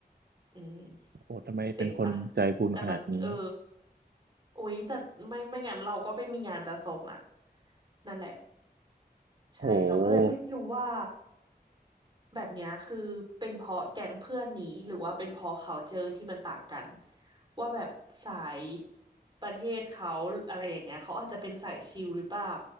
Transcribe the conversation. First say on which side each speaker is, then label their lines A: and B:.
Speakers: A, on the right; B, on the right.
A: อืม
B: โอ้โหทำไมเป็นคนใจบุญขนาดนี้
A: เซ็งปะแต่มันเออโอ๊ยแต่ไม่ไม่งั้นเราก็ไม่มีงานจะส่งอะนั่นแหละใช่เราก็เลยไม่รู้ว่า
B: โอ้โห
A: แบบเนี้ยคือเป็นเพราะแก๊งเพื่อนนี้หรือว่าเป็นเพราะเขาเจอที่มันต่างกันว่าแบบสายประเทศเขาอะไรอย่างเงี้ยเขาอาจจะเป็นสายชิลหรือเปล่า